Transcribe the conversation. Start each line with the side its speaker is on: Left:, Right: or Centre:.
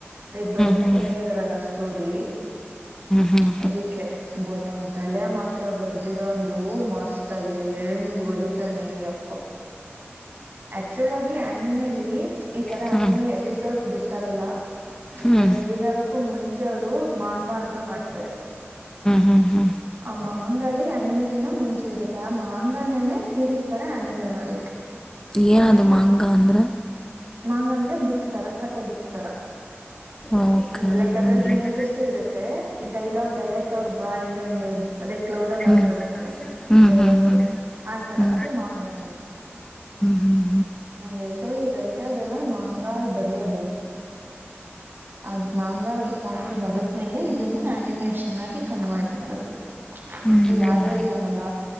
Right: ಲೈಕ್ ಬರಿತಾನೆ
Left: ಹ್ಞೂ ಹ್ಞೂ
Right: ಇದದಾರಲ್ಲ ಸ್ಟೋರಿ
Left: ಹ್ಞೂ ಹ್ಞೂ ಹ್ಞೂ
Right: ಅದಿಕ್ಕೆ ಬಟ್ ಅವನ್ ತಲೆ ಮಾತ್ರ ಬರ್ದಿರೋ ಒಂದು ಮಸ್ತ್ ಆಗಿದೆ ಹೆಂಗ ಬರೀತಾನೆ ಯಪ್ಪಾ. ಆಕ್ಚುಲ್ ಆಗಿ ಆನಿಮೇಲಿ ಈ ತರ
Left: ಹ್ಞೂ
Right: ಆನಿಮೆ
Left: ಹ್ಞೂ
Right: ಎಪಿಸೋಡ್ಸ್ ಬಿಡ್ತಾರಲ್ಲ. ಹ.
Left: ಹ್ಞೂ
Right: ಅದ ರಿಲೀಸ್ ಆಗಕ್ಕೂ ಮುಂಚೆ ಅವ್ರು ಮಾಂಗ ಅಂತ ಮಾಡ್ತಾರೆ
Left: ಹ್ಞೂ ಹ್ಞೂ ಹ್ಞೂ
Right: ಅಮ್ಮಾ. ಮಾಂಗಾಲ ಆನಿಮೇ ಗಿನ ಮುಂಚೆ ಇರುತ್ತೆ ಆ ಮಾಂಗನನೆ ಸೀರೀಸ್ ತರ ಅನಿಮೆ ಮಾಡ್ತಾರೆ.
Left: ಏನದು ಮಾಂಗ ಅಂದ್ರೆ.
Right: ಮಂಗ ಅಂದ್ರೆ ಬುಕ್ಸ್ ತರಾ ಕತೆ ಬುಕ್ಸ್ ತರ.
Left: ಓಕೆ
Right: ಅಂದ್ರ ಲೈಕ್ ಅದ್ರಲ್ಲಿ
Left: ಹ್ಞೂ ಹ್ಞೂ
Right: ಇಮೇಜಸ್ ಇರುತ್ತೆ ಡೈಲಾಗ್ ಡೈರೆಕ್ಟ್ ಅವ್ರ ಬಾಯಿಂದ ಹಿಂಗೆ ಅದೇ ಕ್ಲೌಡ್ ಅಲ್
Left: ಹ್ಞೂ
Right: ಆಗ್
Left: ಹ್ಞೂ
Right: ಬರುತ್ತಲ್ಲ
Left: ಹ್ಞೂ
Right: ಡೈಲಾಗ್ಸ
Left: ಹ್ಞೂ ಹ್ಞೂ ಹ್ಞೂ
Right: ಆತರ
Left: ಹ್ಞೂ
Right: ಅದು ಮಂಗಾ
Left: ಹ್ಞೂ
Right: ಹಂಗೆ ಸೊ ಈ ರೈಟರ್ ಎಲ್ಲ ಮಂಗಾ ಅಲಿ ಬರಿಯೋದು. ಅದ್ ಮಾಂಗ ಫಾರ್ಮ ಅಲ್ ಬರದ್ಮೇಲೆ ಇದನ್ನ ಅನಿಮೇಷನ್. ಚೆನ್ನಾಗಿ ಕನ್ವರ್ಟ್ ಮಾಡೋದು
Left: ಹ್ಞೂ ಹ್ಞೂ
Right: ಈಗ ಆರ್ಯ
Left: ಹ್ಞೂ
Right: ಇದಾನಲ್ಲ